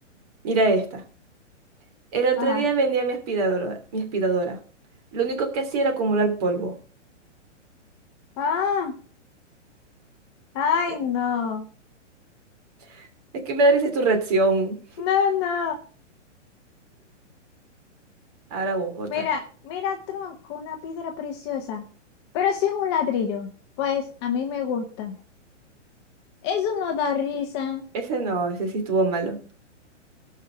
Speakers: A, on the right (about 30°); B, on the left (about 20°).
A: Mira esta. El otro
B: Ajá.
A: día vendía mi aspiradora, mi aspiradora. Lo único que hacía era acumular polvo.
B: Ah, ay,
A: Ent-
B: no.
A: <laughs> Es que me da risa tu reacción.
B: No, no.
A: Ahora vos, otra.
B: Mira, mira, tronco, una piedra preciosa. Pero si es un ladrillo, pues a mí me gusta. Eso no da risa.
A: Ese no, ese sí estuvo malo.